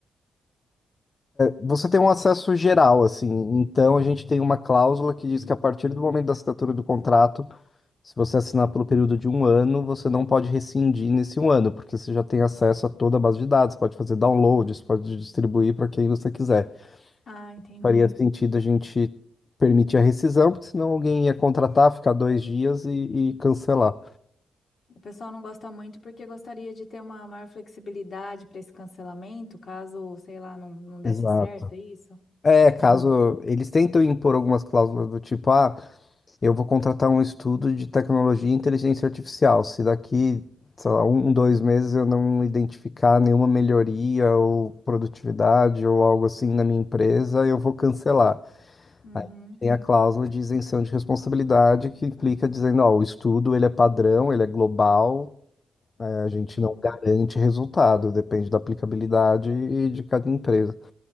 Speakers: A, on the left; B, on the left.
A: Você tem um acesso geral, assim. Então, a gente tem uma cláusula que diz que a partir do momento da assinatura do contrato, se você assinar pelo período de um ano, você não pode rescindir nesse um ano, porque você já tem acesso a toda a base de dados, pode fazer downloads, pode distribuir para quem você quiser.
B: Ah, entendi.
A: Faria sentido a gente permitir a rescisão, porque senão alguém ia contratar, ficar dois dias e, e cancelar.
B: O pessoal não gosta muito porque gostaria de ter uma maior flexibilidade para esse cancelamento, caso, sei lá, não, não desse
A: Exato.
B: certo, é isso?
A: É, caso
B: Ah.
A: eles tentam impor algumas cláusulas do tipo, ah. Eu vou contratar um estudo de tecnologia e inteligência artificial. Se daqui, sei lá, um, dois meses eu não identificar nenhuma melhoria ou produtividade ou algo assim na minha empresa, eu vou cancelar.
B: Uhum,
A: Aí tem a cláusula de isenção de responsabilidade que implica dizendo, ó, o estudo ele é padrão, ele é global, né, a gente
B: uhum.
A: não garante resultado, depende da aplicabilidade e de cada empresa.